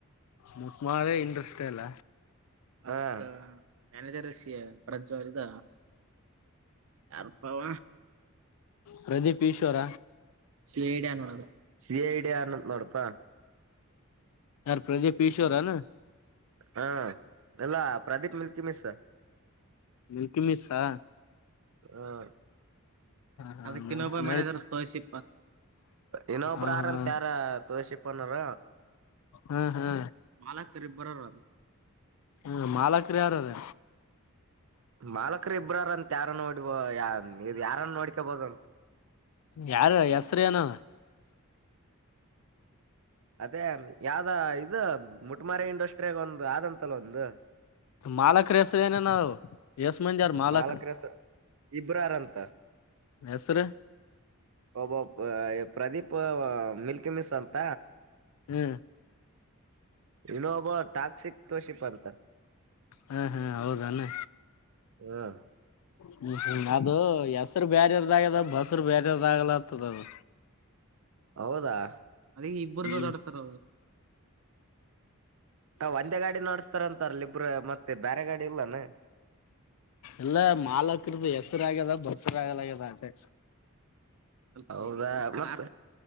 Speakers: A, on the left; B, on the right.
A: ಮಟ್ ಮಳೆ ಇಟಷ್ಟೇ ಅಲ್ಲ
B: ಹಾ ಮನಜರಸಿ ಪ್ರಜ್ವರದ ಯಾರ್ ಪಾವ
A: ಪ್ರದೀಪ್ ಈಶ್ವರ
B: ಸಿ ಐಡಿಯ ಸಿ ಐಡಿಯನ್ ನೋಡಪಾ
A: ಯಾರ ಪ್ರದೀಪ್ ಈಿಶೋರಾನ
B: ಹಾ ಎಲ್ಲಾ ಪ್ರದೀಪ್ ಮಿಲ್ಕಿ ಮಿಸ್
A: ಮಿಲ್ಕಿ ಮಿಿಸಾ
B: ಹ
A: ಹಾ
B: ಅದಕ್ಕನ್ನೊಬ್ಬ
A: ನಡ
B: ಮ್ಯಾನೇಜರ್ ಸಿ ಇನ್ನೊಬ್ರು
A: ಹಾ
B: ಆರಾಮತ್ಯಾರ
A: ಹಾ
B: ತೋಸಿ ಪನಾರ
A: ಹಾ ಹಾ
B: ಮಾಲ ರಿಬ್ಬರ ರಾಜ
A: ಹ್ಮ ಮಾಲಕರಿ ಯಾರ್ರ
B: ಮಾಲಕರು ಇಬ್ರಾರಂತ ಯಾರ ನೋಡಿ ಇ ಯಾರನ್ನು ನೋಡ್ಕೊಬಹದು
A: ಯಾರ ಹೆಸರಿ ನ
B: ಅದೇ ಯಾವ್ದ ಇದು ಮುಟಮಾರ ಇಂಡಸ್ಟ್ರಿಯಾಗ ಒಂದು ಆದಂತಲ್ಲ ಒಂದು
A: ಮಾಲಕ ರ ಹೆಸ ಏನೇ ನಾವು ಎಸ್ ಮಂದಿಾರ ಮಾಲಕರು
B: ಮಾಲಕ ರಸ ಇಬ್ರಾರಂತ
A: ಹೆಸರ
B: ಒಬ್ಬ ಪ್ರದೀಪ್ ಮಿಲ್ಕಿ ಮಿಸ್ ಅಂತ
A: ಹ್ಮ್
B: ಇನ್ನೊಬ್ಬ ಟಾಕ್ಸಿಕ್ ಕೋಶಿಪ್ ಅಂತ
A: ಹಾ ಹಾ ಹೌದಾನೆ
B: ಹ್ಮ್
A: ಹ್ಮ್ ಹ್ಮ ಅದು ಹೆಸರು ಬ್ಯರೆರ್ದಾಗ್ಯದ ಬಸರು ಬ್ಯರೆರ್ದಾಗಲ ಹತದ ಅದು
B: ಹೌದಾ ಅದ ಇಬ್ಬರು್ದ
A: ಹ್ಮ್
B: ೋಡಾಡ್ತಾರ ಹ ಒಂದೇ ಗಾಡಿ ನಡ್ಸ್ತಾರಂತಾರಲಿ ಇಬ್ರ ಮತ್ತೆ ಬೇರೆ ಗಾಡಿ ಇಲ್ಲಾನ
A: ಎಲ್ಲ ಮಾಲಕರದ್ದ ಹೆಸರು ಆಗ್ಯದ ಬಸರು ಆಗ್ಯದ ಆಗ್ಯದ ಅಟೆ
B: ಹೌದಾ ಮತ್ತ